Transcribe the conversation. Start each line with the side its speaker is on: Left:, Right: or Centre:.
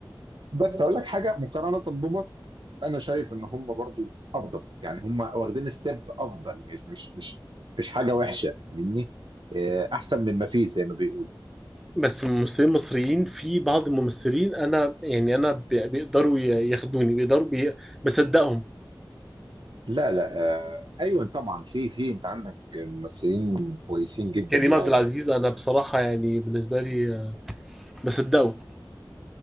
Right: بس هقول لك حاجه مقارنه بمصر انا شايف ان هم برضو افضل يعني هم واخدين ستيب افضل مش مش مش مش حاجه وحشه فاهمني آه، احسن مما فيه زي ما بيقولوا
Centre: بس الممثلين المصريين في بعض الممثلين انا يعني انا بي- بيقدروا ي- ياخدوني بيقدروا بي... بصدقهم
Right: لا لا آه، ايوه طبعا في في انت عندك ممثلين كويسين جدا
Centre: كريم
Right: يعني
Centre: عبد العزيز انا بصراحه يعني بالنسبه لي آه، بصدقه